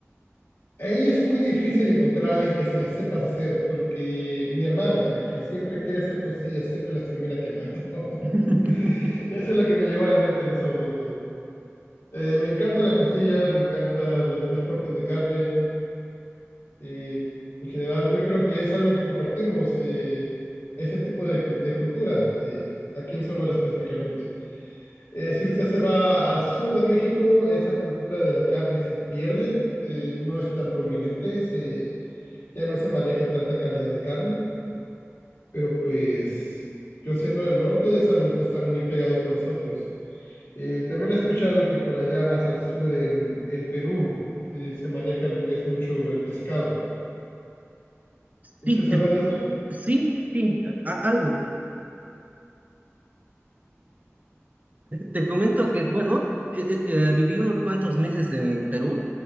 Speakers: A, on the left; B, on the right.
A: Ahí es muy difícil encontrar a alguien que se las sepas hacer, porque mi hermana, que siempre quiere hacer costillas, siempre las termina quemando. <laughs>
B: <laughs>
A: Eso es lo que me llegó a la mente en ese momento. Eh, me encantan las costillas, me encantan los demás cortes de carne. eh, en general, yo creo que es algo que compartimos, eh, ese tipo de, cu- de cultura, eh, aquí en Sonora específicamente. Eh, si usted se va al sur de México, esa cultura de la carne se pierde, eh, no es tan prominente, se ya no se maneja tanta calidad de carne, pero pues yo siendo del norte es algo que está muy pegado con nosotros. Eh, también he escuchado que por allá más al sur en el Perú eh, se maneja lo que es mucho el pescado. ¿Usted
B: Sí,
A: sabe
B: te,
A: de eso?
B: Sí, sí, a- algo. Te comento que, bueno, eh, eh, eh, viví unos cuantos meses en Perú